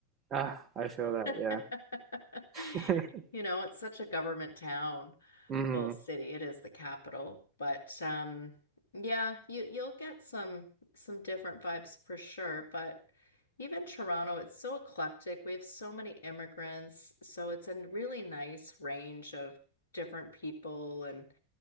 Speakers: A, on the right; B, on the left.
A: Ah, I feel that,
B: <laughs>
A: yeah. <laughs>
B: You know, it's such a government town,
A: Mm-hmm.
B: well, city, it is the capital, but um yeah, you you'll get some some different vibes for sure, but even Toronto, it's so eclectic. We have so many immigrants, so it's a really nice range of different people and